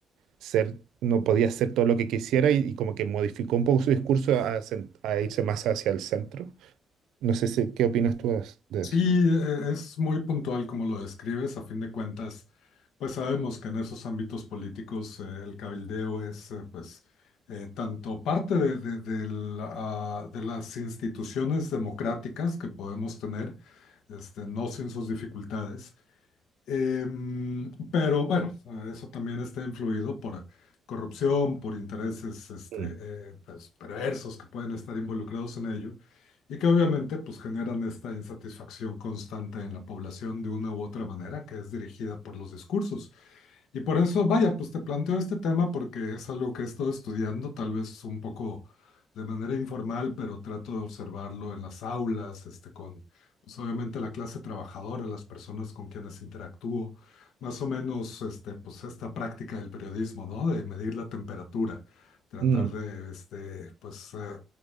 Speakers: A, on the right; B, on the left.
A: ser, no podía hacer todo lo que quisiera y, y como que modificó un poco su discurso a, cen- a irse más hacia el centro. No sé si, ¿qué opinas tú as- de
B: Sí,
A: eso?
B: e- es muy puntual como lo describes. A fin de cuentas, pues sabemos que en esos ámbitos políticos eh, el cabildeo es eh, pues eh, tanto parte de, de- del, ah, de las instituciones democráticas que podemos tener, este, no sin sus dificultades, Em, pero bueno, eso también está influido por corrupción, por intereses este,
A: Mm.
B: eh, pues, perversos que pueden estar involucrados en ello y que obviamente pues, generan esta insatisfacción constante en la población de una u otra manera que es dirigida por los discursos. Y por eso, vaya, pues te planteo este tema porque es algo que he estado estudiando, tal vez un poco de manera informal, pero trato de observarlo en las aulas, este, con, pues obviamente la clase trabajadora, las personas con quienes interactúo, más o menos, este, pues esta práctica del periodismo, ¿no? De medir la temperatura, tratar
A: Mm,
B: de, este, pues, eh,